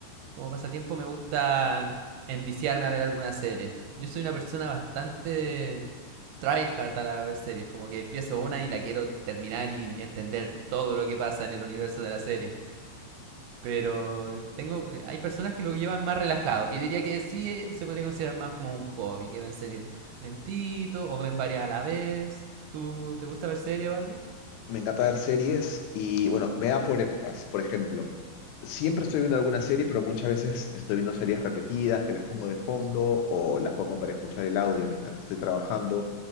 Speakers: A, on the right; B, on the left.
A: como pasatiempo me gusta enviciarme a ver alguna serie. Yo soy una persona bastante tryhard a ver series, como que empiezo una y la quiero terminar y entender todo lo que pasa en el universo de la serie. Pero eh, tengo, eh, hay personas que lo llevan más relajado, que yo diría que sí eh, se podría considerar más como un hobby, que ven series lentito o ven varias a la vez. ¿Tú te gusta ver series o algo?
B: Me encanta ver series y bueno, me da por épocas, por ejemplo, siempre estoy viendo alguna serie, pero muchas veces estoy viendo series repetidas que las pongo de fondo o las pongo para escuchar el audio mientras estoy trabajando